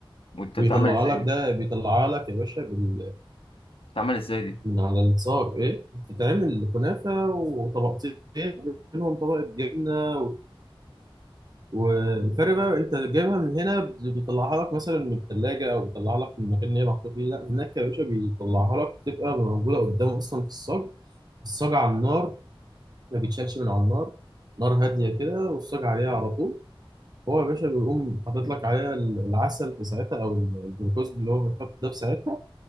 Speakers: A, on the left; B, on the right.
A: وأنت
B: ويطلع
A: بتعمل إزاي
B: لك
A: دي
B: ده بيطلع لك يا باشا بال...
A: بتعمل إزاي دي
B: من على الصاج ايه بتتعمل كنافه وطبقتين وبينهم طبقه جبنه والفرق بقى انت جايبها من هنا بيطلعها لك مثلا من الثلاجه او بيطلعها لك من المكان اللي هي محطوط فيه لا هناك يا باشا بيطلعها لك تبقى موجوده قدامه اصلا في الصاج الصاج على النار ما بيتشالش من على النار نار هاديه كده والصاج عليها على طول هو يا باشا بيقوم حاطط لك عليها العسل في ساعتها او الجلوكوز اللي هو بيتحط ده في ساعتها